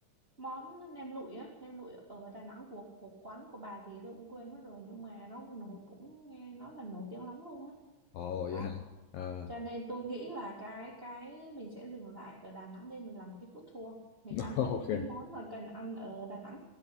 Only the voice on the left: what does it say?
ồ
vậy hả Ờ.
<laughs>
ok